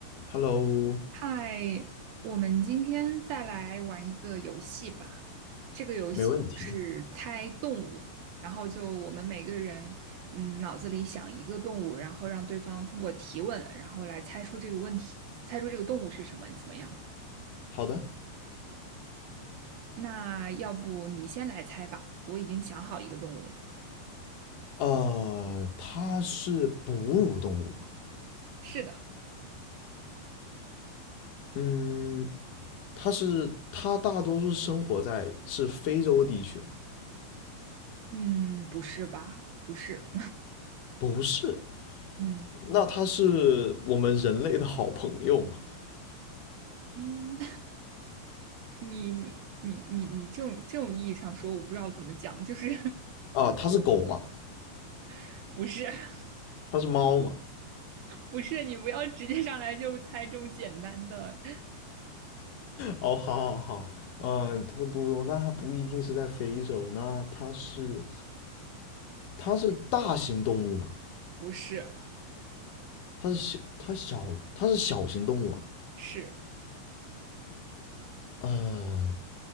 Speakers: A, on the left; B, on the right.
A: Hello，
B: 嗨，我们今天再来玩一个游戏吧。这个游戏是猜动物，
A: 没问题。
B: 然后就我们每个人，嗯，脑子里想一个动物，然后让对方通过提问，然后来猜出这个问题，猜出这个动物是什么，怎么样？
A: 好的，
B: 那要不你先来猜吧，我已经想好一个动物了。
A: 呃，它是哺乳动物吗？
B: 是的，
A: 嗯，它是它大多数生活在是非洲地区吗？
B: 嗯，不是吧？不是，
A: 不是，
B: <laughs> 嗯
A: 那它是我们人类的好朋友吗？
B: 嗯，<laughs> 你你你你你这种这种意义上说，我不知道怎么讲，就是
A: 啊，它是狗吗？
B: <laughs> 不是。<laughs>
A: 它是猫吗？
B: 不是，你不要直接上来就猜这么简单的。
A: 哦，好好好，嗯，它是哺乳动物，但它不一定是在非洲。那它是它是大型动物吗？
B: 不是，
A: 它是小它小它是小型动物吗？
B: 是，
A: 呃，